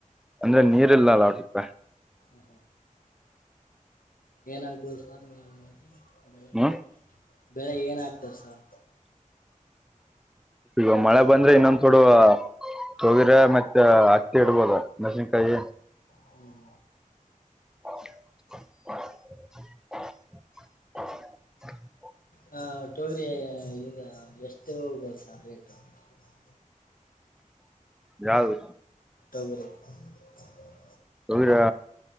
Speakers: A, in the centre; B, on the left.
A: ಅಂದ್ರೆ ನೀರ್ಲಿಲ್ಲ ಸ್ವಲ್ಪ.
B: ಹ ಹಾ ಏನಾಗ್ಬೋದು ಸರ್ ನೀವು ಮತ್ತೆ ಬೆಳ
A: ಹ್ಮ್
B: ಬೆಳೆ ಏನ ಆಗ್ತಾರೆ ಸರ್
A: ಈಗ ಮಳೆ ಬಂದ್ರೆ ಇನ್ನೊಂದ ಡು ತಗಿರ ಮತ್ತೆ ಹತ್ತಿ ಇಡ್ಬೋದ ನ ಕ <unintelligible>
B: ಹ್ಮ್
A: <inaudible> <inaudible>
B: ಹ ತೊಗರಿ ಇ ಎಷ್ಟು ಹೋಗಲ್ಲ ಸರ್ ರೇಟ ಹ <unintelligible>
A: ಯಾರು
B: ಹಬರೆ <unintelligible>
A: ಸೋಗ್ರ್ಯ